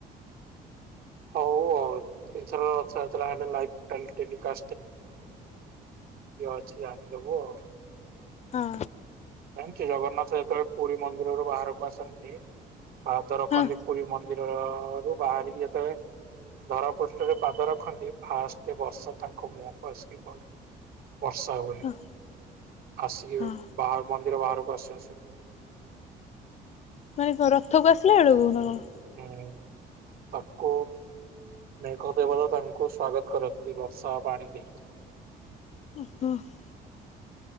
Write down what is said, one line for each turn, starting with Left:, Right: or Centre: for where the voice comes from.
Right: ହଉ ଆଉ ଏଥର ରଥଯାତ୍ରା ହେଲେ ଲାଇଭ <unintelligible> ଅଛି ଜାଣିଦବୁ ଆଉ।
Left: ହଁ।
Right: ଜାଣିଛୁ ଜଗନ୍ନାଥ ଯେତେବେଳେ ପୁରୀ ମନ୍ଦିରରୁ ବାହାରକୁ ଆସନ୍ତି ପାଦ ରଖନ୍ତି
Left: ହଁ
Right: ପୁରୀ ମନ୍ଦ ମନ୍ଦିରରୁ ବାହାରିକି ଯେତେବେଳେ ଧରା ପୃଷ୍ଠରେ ପାଦ ରଖନ୍ତି ଫାଷ୍ଟ <unintelligible> ତାଙ୍କ ମୁହଁକୁ ଆସିକି ପଡେ। ବର୍ଷା ହୁଏ
Left: ହଁ
Right: ଆସିକି
Left: ହଁ
Right: ବାହାର୍ ମନ୍ଦିର ବାହାରକୁ ଆସୁ ଆସୁ
Left: ମାନେ କଣ ରଥକୁ ଆସିଲା ବେଳକୁ ନା କଣ?
Right: ହୁଁ ତାକୁ ମେଘ ଦେବତା ତାଙ୍କୁ ସ୍ଵାଗତ କରନ୍ତି ବର୍ଷା ପାଣି ଦେଇକି
Left: ଉମହୁଁ ।